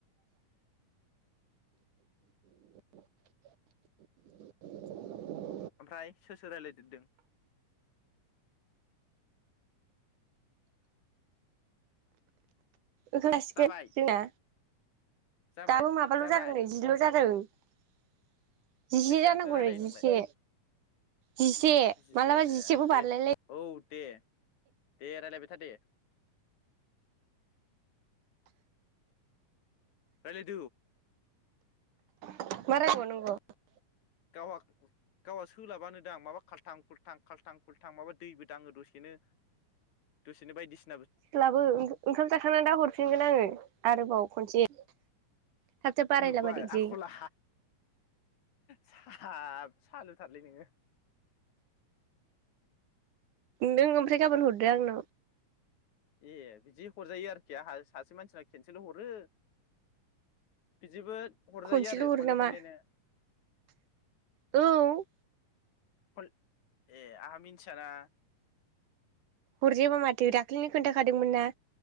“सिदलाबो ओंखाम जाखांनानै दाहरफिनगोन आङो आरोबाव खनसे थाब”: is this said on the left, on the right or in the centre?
Right